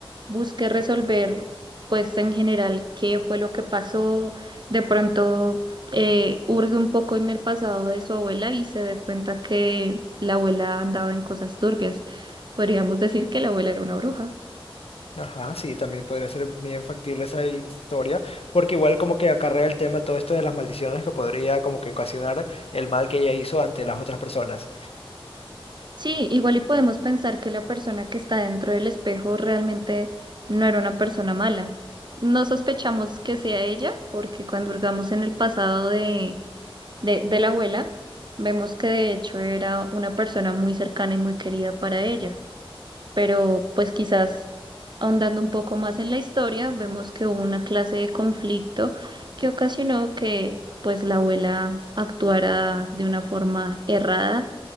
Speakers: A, on the right (about 50°); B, on the left (about 80°).
A: busque resolver, pues en general, qué fue lo que pasó, de pronto eh, hurgue un poco en el pasado de su abuela y se dé cuenta que la abuela andaba en cosas turbias. Podríamos decir que la abuela era una bruja.
B: Ajá, sí, también podría ser bien factible esa historia, porque igual como que acarrea el tema todo esto de las maldiciones que podría como que ocasionar el mal que ella hizo ante las otras personas.
A: Sí, igual y podemos pensar que la persona que está dentro del espejo realmente no era una persona mala. No sospechamos que sea ella, porque cuando hurgamos en el pasado de de, de la abuela, vemos que de hecho era una persona muy cercana y muy querida para ella. Pero pues quizás ahondando un poco más en la historia, vemos que hubo una clase de conflicto que ocasionó que pues la abuela actuara de una forma errada